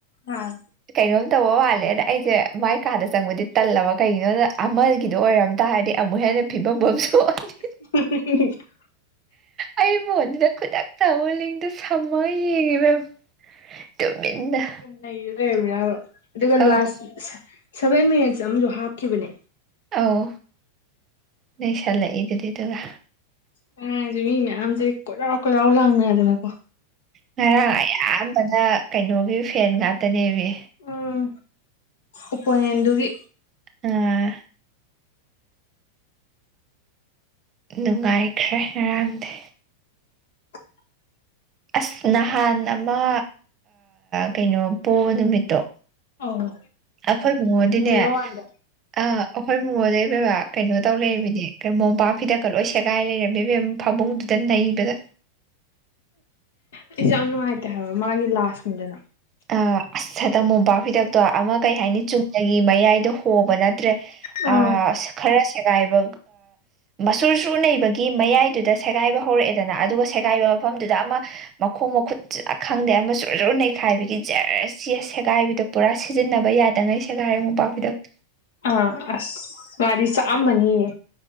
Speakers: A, on the left; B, on the right.
A: ꯑꯥ
B: ꯀꯩꯅꯣꯝ ꯇꯧꯕ ꯃꯥꯜꯂꯦꯅ ꯑꯩꯁꯦ ꯃꯥꯏ ꯀꯥꯗ ꯆꯪꯕꯗꯤ ꯇꯜꯂꯕ ꯀꯩꯒꯤꯅꯣꯗ ꯑꯃꯒꯤꯗꯣ ꯑꯣꯏꯔꯝ ꯇꯥꯔꯗꯤ ꯑꯃꯨꯛ ꯍꯦꯟꯅ ꯐꯤꯕꯝ ꯑꯃ ꯁꯣꯛꯑꯅꯤ
A: <unintelligible>
B: ꯑꯩꯕꯨ ꯑꯗꯨꯗ ꯈꯨꯗꯛꯇ ꯑꯃꯨꯛ ꯂꯤꯡꯗꯣ ꯁꯝꯃꯒ ꯌꯦꯡꯉꯦ ꯏꯕꯦꯝꯃ ꯇꯨꯃꯤꯟꯅ
A: ꯑꯗꯨꯒ ꯅꯩꯔ ꯂꯩꯔꯝꯃꯤꯔꯕ ꯑꯗꯨꯒ
B: ꯑꯧ
A: ꯂꯥꯁ ꯁꯚꯦꯟ ꯃꯤꯅꯠꯁ ꯑꯃꯁꯨ ꯍꯥꯞꯈꯤꯕꯅꯦ
B: ꯑꯧ ꯅꯩꯁꯜꯂꯛꯏꯗꯨꯗꯤ ꯑꯗꯨꯒ
A: <unintelligible> ꯃꯤ ꯃꯌꯥꯝꯁꯦ ꯀꯣꯏꯔꯥꯎ ꯀꯣꯏꯔꯥꯎ ꯂꯥꯎꯅꯗꯅꯀꯣ
B: ꯉꯔꯥꯡ ꯑꯌꯥꯝꯕꯅ ꯀꯩꯅꯣꯒꯤ ꯐꯦꯟ ꯉꯥꯛꯇꯅꯦꯃꯤ
A: ꯎꯝ ꯑꯣꯄꯣꯅꯦꯟꯗꯨꯒꯤ
B: ꯑ ꯅꯨꯡꯉꯥꯏꯈ꯭ꯔꯦ ꯉꯔꯥꯡꯗꯤ
A: <inaudible>
B: ꯑꯁ ꯅꯍꯥꯟ ꯑꯃ ꯀꯩꯅꯣ ꯄꯣꯕ ꯅꯨꯃꯤꯠꯇꯣ
A: ꯑꯧ
B: ꯑꯩꯈꯣꯏ ꯕꯨꯡꯉꯣꯗꯤꯅꯦ
A: ꯖꯦꯔꯣ ꯋꯥꯟꯗ
B: ꯑꯥ ꯑꯩꯈꯣꯏ ꯕꯨꯡꯉꯣꯗꯤ ꯏꯕꯦꯝꯃ ꯀꯩꯅꯣ ꯇꯧ ꯂꯩꯝꯃꯤꯅꯦ ꯀꯩ ꯃꯣꯝꯄꯥꯛ ꯐꯤꯗꯛꯀ ꯂꯣꯏ ꯁꯦꯒꯥꯏ ꯂꯩꯔꯝꯃꯦ ꯏꯕꯦꯝ ꯐꯃꯨꯡꯗꯨꯗ ꯅꯩꯕꯗ
A: ꯑꯩꯁꯨ ꯌꯥꯝ ꯅꯨꯡꯉꯥꯏꯇꯦ ꯍꯥꯏꯕ ꯃꯥꯒꯤ ꯂꯥꯁꯅꯤꯗꯅ
B: ꯑ ꯑꯁ ꯍꯦꯛꯇ ꯃꯣꯡꯄꯥꯛꯐꯤꯗꯛ ꯇꯣ ꯑꯃ ꯀꯩ ꯍꯥꯏꯅꯤ ꯆꯨꯝꯅꯒꯤ ꯃꯌꯥꯏꯗ ꯍꯣꯕ ꯅꯠꯇ꯭ꯔꯦ
A: ꯑꯥ
B: ꯑ ꯈꯔ ꯁꯦꯒꯥꯏꯕ ꯁꯨꯔꯨ ꯁꯨꯔꯨ ꯅꯩꯕ ꯒꯤ ꯃꯌꯥꯏꯗꯨꯗ ꯁꯦꯒꯥꯏꯕ ꯍꯧꯔꯛꯑꯦꯗꯅ ꯑꯗꯨꯒ ꯁꯦꯒꯥꯏꯕ ꯃꯐꯝꯗꯨꯗ ꯑꯃ ꯃꯈꯣꯡ ꯃꯈꯨꯠ ꯈꯪꯗꯦ ꯑꯃ ꯁꯨꯔꯨ ꯁꯨꯔꯨ ꯅꯩꯈꯥꯏꯕꯒꯤ <unintelligible> ꯁꯦꯒꯥꯏꯕꯤꯗꯣ ꯄꯨꯔꯥ ꯁꯤꯖꯤꯟꯅꯕ ꯌꯥꯗꯉꯩ ꯁꯦꯒꯥꯏꯔꯦ ꯃꯣꯄꯥꯛꯄꯤꯗꯛꯇꯨ
A: ꯑꯥ ꯑꯁ ꯃꯥꯗꯤ ꯆꯥꯛꯑꯝꯃꯅꯤꯌꯦ